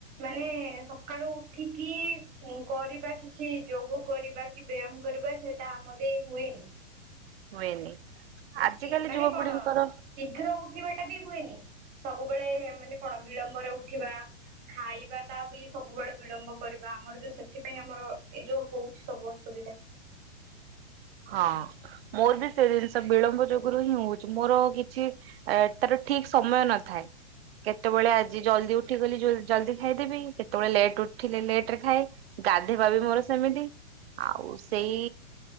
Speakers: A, on the right; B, on the right.
A: ମାନେ ସକାଳୁ ଉଠିକି ଉଁ କରିବା କିଛି। ଯୋଗ କରିବା କି ବ୍ୟାୟାମ କରିବା ସେଇଟା ଆମ ଦେଇ ହୁଏନି।
B: ହୁଏନି।
A: ବହୁତ
B: ଆଜିକାଲି
A: ହିବମାନେ
B: ଯୁବପିଢିଙ୍କର
A: କଣ ଶୀଘ୍ର ଉଠିବା ଟା ବି ହୁଏନି। ସବୁବେଳେ ମାନେ କଣ ବିଳମ୍ବରେ ଉଠିବା। ଖାଇବା ଟା ବି ସବୁବେଳେ ବିଳମ୍ବ କରିବା ଆମର ଯୋଉ ସେଥିପାଇଁ ଆମର ଏ ଯୋଉ ହଉଛି ସବୁଅସୁ ଏଇଟା।
B: <inaudible> ହଁ ମୋର ବି ସେ ଜିନିଷ ବିଳମ୍ବ ଯୋଗୁରୁ ହିଁ ହଉଛି ମୋର କିଛି ଟାର ଠିକ ସମୟ ନଥାଏ। କେତେବେଳେ ଆଜି ଜଲ୍ଦି ଉଠିଗଲି ଜଲଦି ଖାଇଦେବି କେତେବେଳେ ଲେଟ ଉଠିଲେ ଲେଟ ରେ ଖାଏ। ଗାଧେଇବା ବି ମୋର ସେମିତି ଆଉ ସେଇ